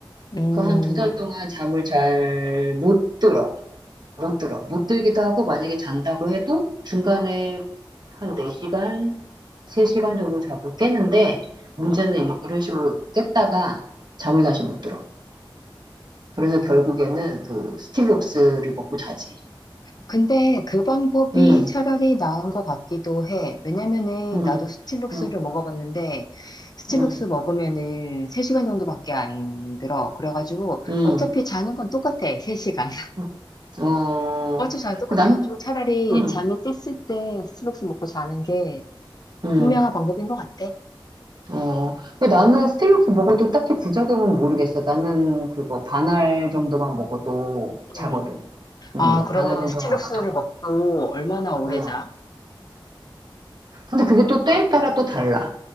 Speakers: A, on the left (about 50°); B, on the right (about 55°).
A: 음,
B: 그 한 두 달 동안 잠을 잘 못 들어. 못 들어. 못 들기도 하고 만약에 잔다고 해도 중간에 한 4시간, 3시간 정도 자고 깨는데 문제는 이- 이런 식으로 깼다가 잠을 다시 못 들어. 그래서 결국에는 그 스틸록스를 먹고 자지.
A: 근데 그 방법이
B: 응,
A: 차라리 나은 것 같기도 해. 왜냐면은
B: 응,
A: 나도 스틸록스를
B: 응,
A: 먹어봤는데 스틸록스
B: 응,
A: 먹으면은 3시간 정도밖에 안 들어. 그래가지고
B: 응.
A: 어차피 자는 건 똑같아. 3시간. <laughs>
B: 응. 어,
A: 어차피 자는 똑같아가지고
B: 난,
A: 차라리
B: 응,
A: 잠이 깼을 때 스틸록스 먹고 자는 게
B: 응,
A: 현명한 방법인 것 같아.
B: 어. 근데 나는 스틸록스 먹어도 딱히 부작용은 모르겠어. 나는 그거 반알 정도만 먹어도 자거든.
A: 음.
B: 응,
A: 아, 그러면은
B: 반알 정도만
A: 스틸록스를
B: 먹어도.
A: 먹고 얼마나 오래
B: 응.
A: 자?
B: 근데 그게 또 때에 따라 또 달라.